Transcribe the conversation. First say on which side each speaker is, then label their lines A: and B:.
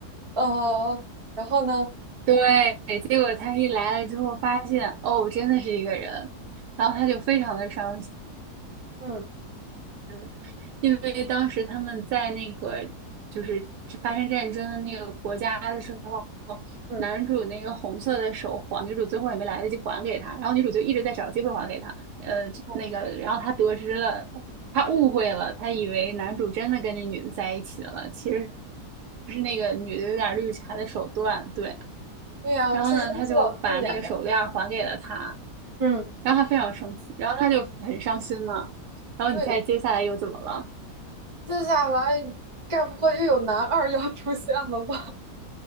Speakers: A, on the right; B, on the right.
A: 呃，然后呢，
B: 对，结果他一来了之后，发现哦，真的是一个人，然后他就非常的伤心。
A: 嗯
B: 嗯，因为当时他们在那个就是发生战争的那个国家的时候，
A: 嗯，
B: 男主那个红色的手环，女主最后也没来得及还给他，然后女主就一直在找机会还给他，呃，
A: 哦
B: 那个，然后他得知了，他误会了，他以为男主真的跟那女的在一起了，其实是那个女的有点绿茶的手段，对，
A: 对呀、
B: 然后呢，
A: 这是金希老师演呀，
B: 他就把那个手链还给了他，
A: 嗯
B: 然后他非常生气，然后他就很伤心嘛，然后你猜接下来又怎么了？
A: 对，接下来该不会又有男二要出现了吧？